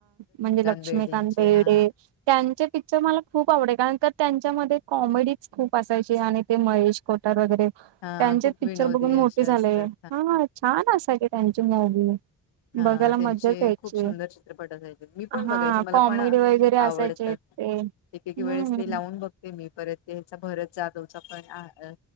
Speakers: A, on the right; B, on the left.
A: म्हणजे लक्ष्मीकांत
B: बेर्डेंचे
A: बेर्डे
B: हा
A: त्यांचे पिक्चर मला खूप आवडे कारण तर त्यांच्यामध्ये कॉमेडीच खूप असायची. आणि ते महेश कोठारे वगैरे त्यांचे
B: हा खूप
A: पिक्चर
B: विनोदी
A: बघून मोठे
B: अशे असतात
A: झाले. हा छान असायचे त्यांची मूवी.
B: हा
A: बघायला मजाच
B: त्यांचे
A: यायची
B: खूप सुंदर चित्रपट असायचे मी पण
A: हा
B: बघायचे मला
A: कॉमेडी
B: पण
A: वगैरे असायचे.
B: आवडतात
A: ते हम्म
B: एक एक वेळेस ते लावून बघते मी परत. त्याचा भरत जाधवचा पण. आ अ